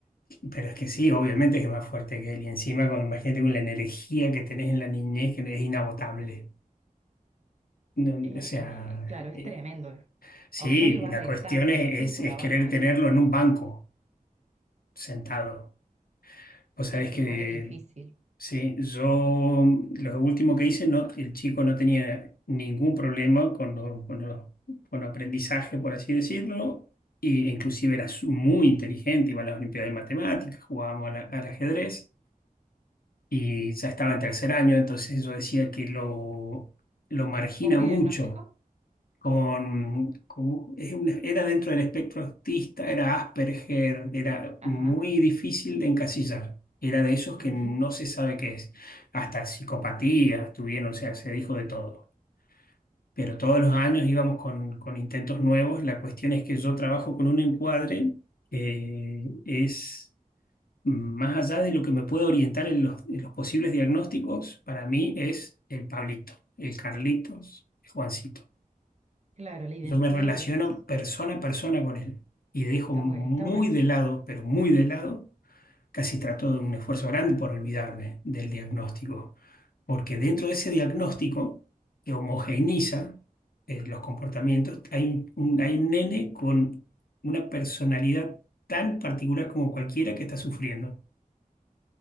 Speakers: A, on the left; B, on the right.
A: pero es que sí, obviamente que es más fuerte que él. Y encima, con, imagínate con la energía que tenés en la niñez, que es inagotable. No,
B: Eh,
A: o sea,
B: eh, claro, es
A: eh,
B: tremendo.
A: sí,
B: A Octavio va
A: la
B: reptando,
A: cuestión es,
B: ¿viste? Por
A: es es
B: abajo
A: querer
B: de
A: tenerlo
B: los bancos.
A: en un banco, sentado. Vos sabés
B: Sí, se
A: que
B: pone difícil.
A: Sí, yo lo último que hice, no, el chico no tenía ningún problema con, lo- con, lo- con aprendizaje, por así decirlo, e inclusive era su- muy inteligente, iba a las Olimpiadas de Matemáticas, jugábamos al, al ajedrez y ya estaba en tercer año, entonces yo decía que lo, lo margina
B: ¿Con qué
A: mucho
B: diagnóstico?
A: con, como- es una- era dentro del espectro autista, era Asperger, era
B: Ajá.
A: muy difícil de encasillar. Era de esos que
B: ujú.
A: no se sabe qué es. Hasta psicopatías tuvieron, o sea, se dijo de todo. Pero todos los años íbamos con, con intentos nuevos. La cuestión es que yo trabajo con un encuadre que es más allá de lo que me puede orientar en los, en los posibles diagnósticos, para mí es el Pablito, el Carlitos, el Juancito.
B: Claro, la identidad
A: Yo me relaciono
B: de ellos.
A: persona a persona con él y dejo
B: Está
A: muy
B: bue- está buenísimo.
A: de lado, pero muy de lado, casi trato de un esfuerzo grande por olvidarme del diagnóstico, porque dentro de ese diagnóstico que homogeneiza eh, los comportamientos, hay un, un- hay un nene con una personalidad tan particular como cualquiera que está sufriendo.